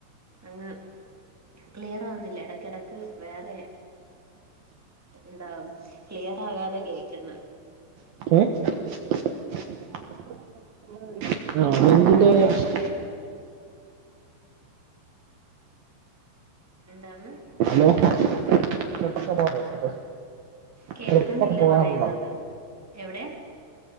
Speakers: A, in the centre; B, on the right.
A: അങ്ങ് ക്ലിയർ ആവുന്നില്ല ഇടക്കിടക്ക് വേറെ എന്താ ക്ലിയർ ആകാതെ കേക്ക്ന്ന
B: <unintelligible>
A: ഏഹ് എന്താണ്
B: ഹലോ <unintelligible>
A: കേൾക്കുന്നില്ല
B: ട്രിപ്പൊക്കെ പോകാറുണ്ട്
A: പറയുന്നത് എവിടെ